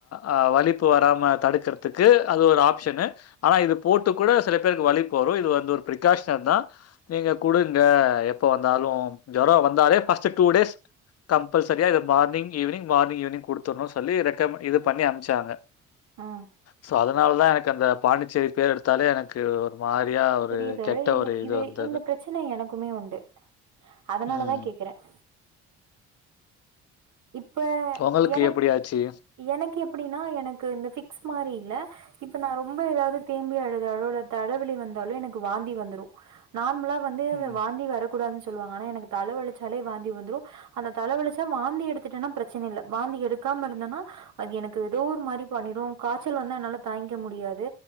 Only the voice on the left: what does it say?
ஆ வலிப்பு வராம தடுக்கிறதுக்கு அது ஒரு ஆப்ஷனு ஆனா இது போட்டு கூட சில பேருக்கு வலிப்பு வரும் இது வந்து ஒரு பிரகாஷன் தான் நீங்க குடுங்க எப்ப வந்தாலு ஜொரம் வந் தாலே பஸ்ட்டு டூ டேஸ் கம்பல்சரியா இத மார்னிங் ஈவினங் மார்னிங் ஈவினிங் குடுத்துறன்னு சொல்லி ரெக்கமெ இது பண்ணி அம்ச்சாங்க
சோ அதனாலதா எனக்கு அந்த பாண்டி சரி பேர் எடுத்தாலே எனக்கு ஒரு மாரியா ஒரு
கெட்ட
ஒரு
வந்தது
ம்
உங்களுக்கு
எப்டி ஆச்சு
ம்